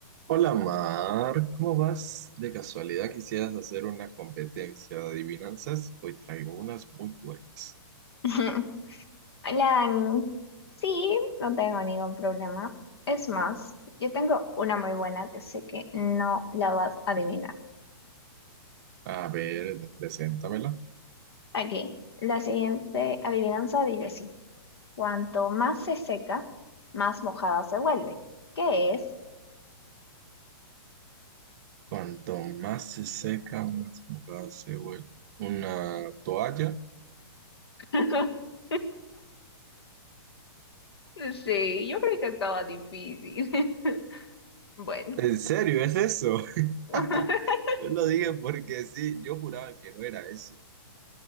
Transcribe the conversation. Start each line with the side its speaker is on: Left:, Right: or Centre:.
Right: Hola Mar, ¿cómo vas? De casualidad quisieras hacer una competencia de adivinanzas. Hoy traigo unas muy buenas.
Left: <laughs> Hola, Dani. Sí, no tengo ningún problema. Es más, yo tengo una muy buena que sé que no la vas a adivinar.
Right: A ver, preséntamela.
Left: Aquí, la siguiente adivinanza dice así: cuanto más se seca, más mojada se vuelve. ¿Qué es?
Right: Cuanto más se seca, más mojada se vuelve. Una toalla.
Left: <laughs> Sí, yo creí que estaba difícil. <laughs> Bueno,
Right: ¿En serio es eso? <laughs>
Left: <laughs>
Right: Yo lo dije porque sí, yo juraba que no era eso.